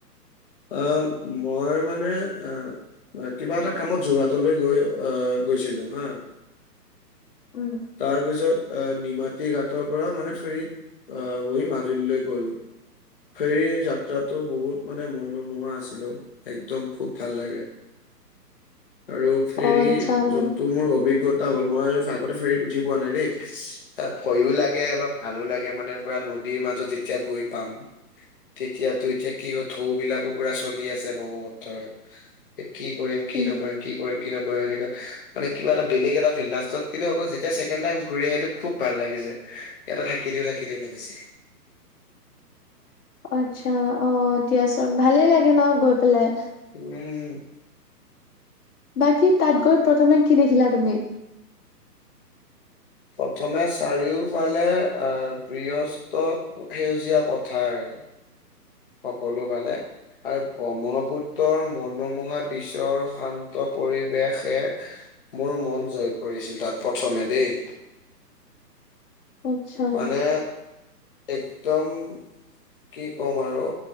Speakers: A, on the left (about 35°); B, on the left (about 65°).
A: অ মই মানে অ কিবা এটা কামত যোৰহাটলৈ গৈ আহ গৈছিলো হা,
B: উম।
A: তাৰপিছত অ' নিমাতী ঘাটৰপৰা মানে ফেৰিত আ, বহি মাজুলীলৈ গলো, ফেৰী যাত্ৰাটো বহুত মানে মোৰ মনোমোহা আছিলো, একদম খুব ভাল লাগে আৰু ফেৰীত
B: অ' আচ্ছা মান
A: জোনটো মোৰ অভিজ্ঞতা হ'ল মই আৰু আগতে ফেৰীত উঠি পোৱা নাই দেই। তাত ভয়ো লাগে অলপ ভালো লাগে মানে পুৰা নদীৰ মাজত যেতিয়া গৈ পাম। তেতিয়াতো এতিয়া কি হৈ ঢৌবিলাক কুকুৰা চলি আছে ব্ৰহ্মপুত্ৰৰ, কি কৰিম কি
B: উম,
A: নকৰিম, কি কৰিম কি নকৰিম এনেকা মানে কিবা এটা বেলেগ এটা ফিল্ড, লাষ্টত কিন্তু আকৌ যেতিয়া ছেকেণ্ড টাইম ঘূৰি আহিলোঁ খুব ভাল লাগিছে। ইয়াতে থাকি দিও থাকি দিও লাগিছে।
B: আচ্ছা, অ' দিয়াচোন। ভালে লাগে ন' গৈ পেলাই?
A: উম।
B: বাকী তাত গৈ প্ৰথমে কি দেখিলা তুমি?
A: প্ৰথমে চাৰিওফালে অ' বৃহছ ত' সেউজীয়া পথাৰ। সকলোফালে। আৰু ব্ৰহ্মপুত্ৰৰ মনোমোহা দৃস্যৰ শান্ত পৰিৱেশে মোৰ মন জয় কৰিছিল তাত প্ৰথমে দেই।
B: আচ্ছা
A: মানে একদম কি ক'ম আৰু,